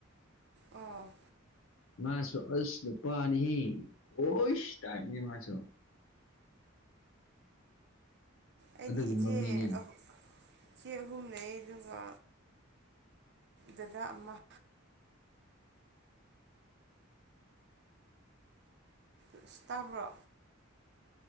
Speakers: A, on the right (about 55°); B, on the left (about 65°).
A: ꯑꫭ
B: ꯃꯥꯁꯨ ꯑꯁ ꯅꯨꯄꯥꯅꯤꯍ‌ꯦ ꯑꯣꯢꯁ ꯇꯥꯏꯞꯅꯤ ꯃꯥꯁꯨ
A: ꯑꯩꯗꯤ
B: ꯑꯗꯨꯒꯨꯝꯕ
A: ꯏꯆꯦ
B: ꯃꯤꯅꯤ
A: ꯑꯥꯍꯨ ꯏꯆꯦ ꯑꯍꯨꯝ ꯂꯩꯌꯦ ꯑꯗꯨꯒ ꯗꯗꯥ ꯑꯃ <inaudible> ꯇꯥꯕ꯭ꯔꯣ